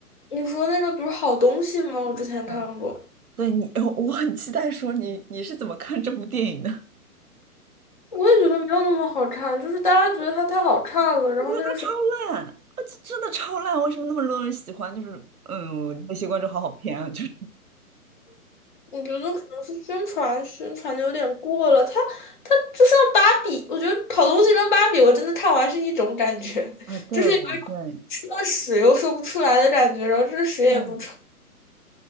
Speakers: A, on the left; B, on the right.
A: 你说那个，比如好东西吗？我之前看过，
B: 嗯，对你，呃我很期待说你你是怎么看这部电影的？<laughs>
A: 我也觉得没有那么好看，就是大家觉得它太好看了，然后那个时候。
B: 我觉得它超烂，啊，这真的超烂，为什么那么多人喜欢？就是嗯，那些观众好好骗啊，就是
A: 我觉得可能是宣传宣传的有点过了，它它就像芭比，我觉得好东西跟芭比，我真的看完是一种感觉，
B: 啊，
A: <laughs>
B: 对哦，
A: 就是有一种吃了屎又说不出来的感觉，
B: 对。
A: 然后这屎也不臭。
B: 嗯，